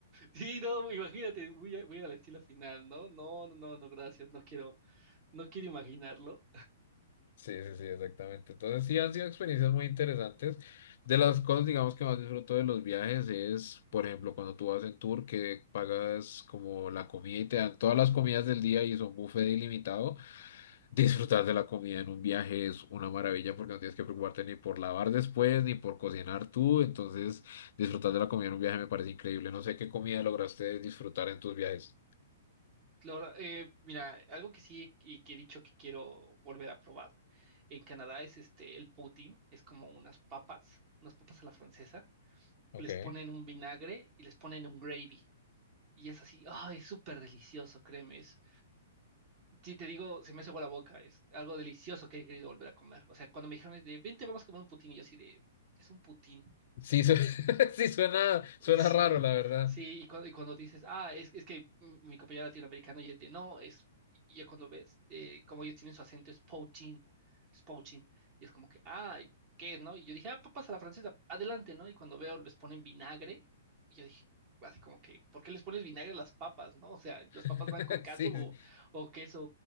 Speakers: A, on the right; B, on the left.
A: Sí, no, imagínate, voy a, voy a la estilo final, ¿no? No, no, no, no, gracias, no quiero, no quiero imaginarlo.
B: Sí, sí, sí, exactamente. Entonces sí han sido experiencias muy interesantes. De las cosas, digamos, que más disfruto de los viajes es, por ejemplo, cuando tú vas en tour que pagas como la comida y te dan todas las comidas del día y son buffet ilimitado. Disfrutar de la comida en un viaje es una maravilla porque no tienes que preocuparte ni por lavar después ni por cocinar tú. Entonces, disfrutar de la comida en un viaje me parece increíble. No sé qué comida lograste disfrutar en tus viajes.
A: Claro, eh, mira, algo que sí y que he dicho que quiero volver a probar en Canadá es este, el poutine, es como unas papas, unas papas a la francesa,
B: Ok.
A: les ponen un vinagre y les ponen un gravy. Y es así, ay, es súper delicioso, créeme. Es, si te digo, se me hace agua la boca, es algo delicioso que he querido volver a comer. O sea, cuando me dijeron de, vente, vamos a comer un poutine, y yo así de, ¿qué es un poutine?
B: Sí, su- <laughs> sí suena,
A: Mm,
B: suena
A: Sí,
B: raro, la verdad.
A: sí, y cuando, y cuando dices, ah, es, es que m- mi compañero latinoamericano y es de, no, es, y ya cuando ves, eh, como ellos tienen su acento, es poaching, es poaching, y es como que, ah, ¿qué es, no? Y yo dije, ah, papas a la francesa, adelante, ¿no? Y cuando veo, les ponen vinagre, y yo dije, así como que, ¿por qué les pones vinagre a las papas, no? O sea, las
B: <laughs>
A: papas van con queso
B: Sí, sí.
A: o, o queso,